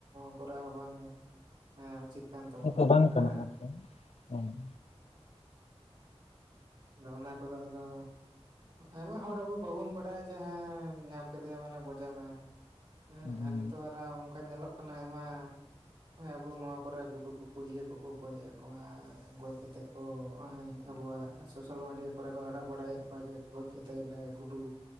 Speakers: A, on the right (about 50°); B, on the left (about 75°).
A: ᱠᱚᱨᱟᱣ ᱦᱚᱸ ᱵᱟᱝ ᱦᱮᱸ ᱩᱪᱤᱛ ᱠᱟᱱ ᱛᱟᱵᱚᱱᱟ
B: ᱛᱚ ᱵᱟᱝ
A: ᱦᱮᱸ᱾
B: ᱠᱟᱱᱟ ᱟᱨᱠᱤ ᱦᱮᱸ
A: ᱦᱩᱸ ᱟᱫᱚ ᱚᱱᱟ ᱠᱚ ᱫᱚ ᱟᱫᱚ ᱟᱵᱚ ᱦᱚᱲ ᱟᱵᱚ ᱵᱟᱵᱚᱱ ᱵᱟᱰᱟᱭᱟ ᱡᱮ ᱦᱮᱸ ᱧᱟᱢ ᱠᱮᱫᱮᱭᱟ ᱢᱟᱱᱮ ᱜᱚᱡᱮ ᱢᱮ, ᱦᱮᱸ
B: ᱟᱫᱚ
A: ᱟᱨ ᱱᱤᱛᱚᱜ ᱨᱟᱜ ᱚᱝᱠᱟ ᱧᱮᱞᱚᱜ ᱠᱟᱱᱟ ᱟᱭᱢᱟ ᱱᱚᱜᱼᱚᱭ ᱟᱵᱚ ᱱᱚᱣᱟ ᱠᱚ ᱨᱮ ᱜᱩᱰᱩ ᱠᱚ ᱠᱚ ᱤᱭᱟᱹ ᱠᱚ ᱠᱚ ᱜᱚᱡᱮᱫ ᱠᱚᱣᱟ ᱜᱚᱡ ᱠᱟ ᱛᱮᱠᱚ ᱱᱚᱜᱼᱚᱭ ᱟᱵᱚᱣᱟᱜ ᱥᱚᱥᱟᱹᱞ ᱢᱤᱰᱤᱭᱟ ᱠᱚ ᱨᱮ ᱠᱚ ᱟᱲᱟᱜ ᱵᱟᱲᱟᱭᱮᱫ ᱠᱚᱣᱟ ᱞᱮ ᱜᱚᱡ ᱠᱟᱛᱮ ᱞᱮ ᱜᱩᱰᱩ